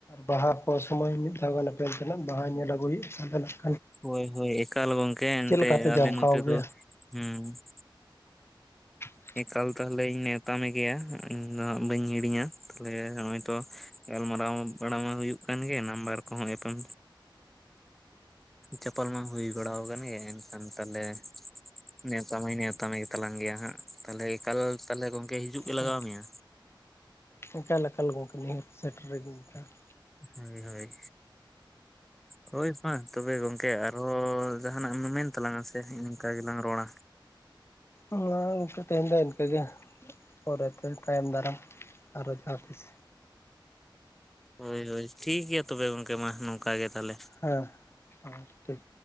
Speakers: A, on the left; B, in the centre.
A: ᱵᱟᱦᱟ ᱠᱚ ᱥᱚᱢᱚᱭ ᱢᱤᱫ ᱫᱷᱟᱹᱣ ᱧᱮᱯᱮᱞ ᱛᱮᱱᱟᱜ ᱵᱟᱦᱟᱧ ᱧᱮᱞ ᱟᱹᱜᱩᱭᱼᱟ᱾ ᱟᱵᱮᱱᱟ ᱾
B: ᱦᱳᱭ ᱦᱳᱭ, ᱮᱠᱟᱞ ᱜᱚᱝᱠᱮ, ᱮᱱᱛᱮ
A: ᱞᱮᱠᱟ ᱯᱮ
B: ᱟᱞᱮ
A: ᱡᱟᱢᱠᱟᱣ
B: ᱱᱚᱛᱮ
A: ᱜᱮᱭᱟ
B: ᱫᱚ ᱦᱮᱸ ᱾
A: <inaudible>
B: ᱮᱠᱟᱞ ᱛᱟᱦᱞᱮᱧ ᱱᱮᱶᱛᱟ ᱢᱮ ᱜᱮᱭᱟ ᱾ ᱤᱧ ᱫᱚ ᱦᱟᱜ ᱵᱟᱹᱧ ᱦᱤᱲᱤᱧᱟ ᱾ ᱛᱟᱦᱞᱮ ᱱᱚᱜᱼᱚᱭ ᱛᱚᱼᱼ ᱜᱟᱞᱢᱟᱨᱟᱣ ᱵᱟᱲᱟ ᱢᱟ ᱦᱩᱭᱩᱜ ᱠᱟᱱ ᱜᱮ, ᱱᱟᱢᱵᱟᱨ ᱠᱚᱦᱚᱸ ᱮᱯᱮᱢᱼᱼ ᱪᱟᱯᱟᱞ ᱢᱟ ᱦᱩᱭ ᱵᱟᱲᱟ ᱟᱠᱟᱱ ᱜᱮ, ᱮᱱᱠᱷᱟᱱ ᱛᱟᱦᱞᱮᱼᱼ ᱱᱮᱶᱛᱟ ᱢᱟ ᱱᱮᱶᱛᱟ ᱢᱮ ᱜᱮ ᱛᱟᱞᱟᱝ ᱜᱮᱭᱟ ᱦᱟᱸᱜ ᱾ ᱛᱟᱦᱞᱮ ᱮᱠᱟᱞ ᱛᱟᱦᱚᱞᱮ ᱜᱚᱝᱠᱮ ᱦᱤᱡᱩᱜ ᱜᱮ ᱞᱟᱜᱟᱣ
A: ᱮᱠᱟᱞ
B: ᱢᱮᱭᱟ᱾
A: ᱮᱠᱟᱞ ᱮᱠᱟᱞ ᱜᱚᱝᱠᱮ ᱱᱤᱦᱟᱛ ᱥᱮᱴᱮᱨ ᱨᱮ ᱜᱤᱧ ᱛᱟᱦᱮᱱᱟ᱾
B: ᱦᱳᱭ ᱦᱳᱭ᱾ ᱦᱳᱭ ᱢᱟ ᱛᱚᱵᱮ ᱜᱚᱝᱠᱮ ᱟᱨᱦᱚᱸ ᱡᱟᱦᱟᱸᱱᱟᱜ ᱮᱢ ᱢᱮᱱ ᱛᱟᱞᱟᱝᱼᱟ ᱥᱮ ᱱᱤᱱᱤᱝᱠᱟ ᱜᱮᱞᱟᱝ ᱨᱚᱲᱟ᱾
A: ᱦᱚᱭ ᱛᱤᱦᱤᱧ ᱫᱚ ᱤᱱᱠᱟᱹᱜᱮ ᱯᱚᱨᱮ ᱛᱮ ᱛᱟᱭᱚᱢ ᱫᱟᱨᱟᱢ ᱟᱨᱚ ᱡᱟᱦᱟᱸ ᱛᱤᱥ᱾
B: ᱦᱳᱭ ᱦᱳᱭ, ᱴᱷᱤᱠ ᱜᱮᱭᱟ ᱛᱚᱵᱮ ᱜᱚᱝᱠᱮ ᱢᱟ ᱱᱚᱝᱠᱟ ᱜᱮ ᱛᱟᱦᱚᱞᱮ ᱾
A: ᱦᱮᱸ, ᱴᱷᱤᱠ᱾